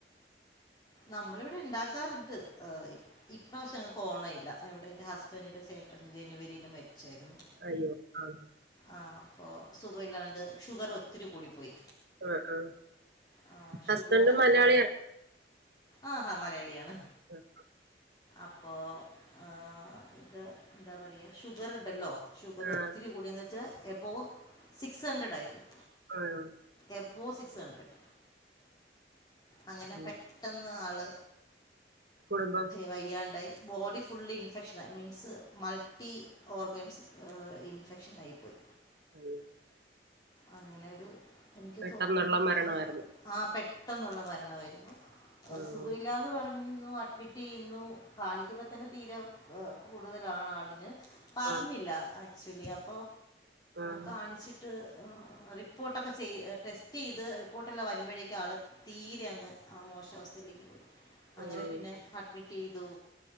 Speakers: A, on the left; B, on the right.
A: നമ്മളിവിടെ ഇണ്ടാക്കാറ്ണ്ട് ഇപ്രാവശ്യം ഞങ്ങക്ക് ഓണമില്ല ഇവിടെ എന്റെ ഹസ്ബൻഡിന്റെ ചേട്ടൻ ജനുവരിയിൽ മരിച്ചായിരുന്നു
B: അയ്യോ ആഹ്
A: ആ അപ്പൊ സുഖ ഇല്ലാണ്ട് ഷുഗർ ഒത്തിരി കൂടിപ്പോയി
B: ആഹ് ആഹ്
A: ആ ഷുഗറ്
B: ഹസ്ബൻഡും മലയാളിയാണോ
A: ആ ആഹ് ഹ മലയാളിയാണ്
B: <inaudible>
A: അപ്പോ ആ ഇത് എന്താ പറയ ഷുഗർണ്ടല്ലോ ഷുഗർ
B: ആഹ്
A: ഒത്തിരി കൂടിയെന്ന്ച്ചാ എബൗ സിക്സ് ഹഡ്രഡ് ആയിരുന്നു
B: <unintelligible>
A: എബൗ സിക്സ് ഹഡ്രഡ് അങ്ങനെ
B: ഉം
A: പെ ന്ന് ആള്
B: കുടുംബം
A: വയ്യാണ്ടായി ബോഡി ഫുള്ളി ഇൻഫെക്ഷനായി മീൻസ് മൾട്ടി ഓർഗൻസ് ഇൻഫെക്ഷൻ അയി പോയി
B: <unintelligible>
A: അങ്ങനെ ഒരു എനിക്ക്
B: പെട്ടെന്നുള്ള
A: തോന്നുന്നൊരു
B: മരണമായിരുന്നു
A: ആ പെട്ടെന്നുള്ള മരണവായിരുന്നു
B: ആഹ്
A: സുഖ ഇല്ലാന്ന് പറഞ്ഞു റ്റിയ്യുന്നു, കാണിക്കുമ്പോ തന്നെ തീരെ എ കൂടുതലാണ് ആളിന് പറഞ്ഞില്ല
B: ആഹ്
A: ആക്ച്വലി അപ്പോ
B: ആഹ്
A: കാണിച്ചിട്ട് റിപ്പോർട്ടൊക്കെ ചെയ് ടെസ്റ്റിയ്ത് റിപ്പോർട്ടെല്ലാം വരുമ്പോഴേക്കും ആൾ തീരെ അങ്ങ് ആ മോശാവസ്ഥയിലേക്ക് പോയി അങ്ങനെ
B: ആഹ്
A: പിന്നെ അഡ്മിറ്റ്യ്തു,